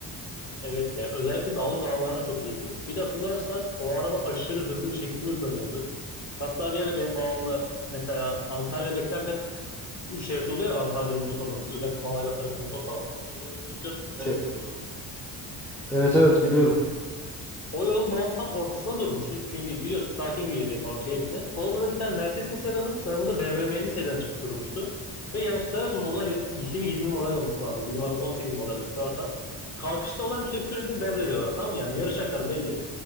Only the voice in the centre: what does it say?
E-
Evet evet biliyorum.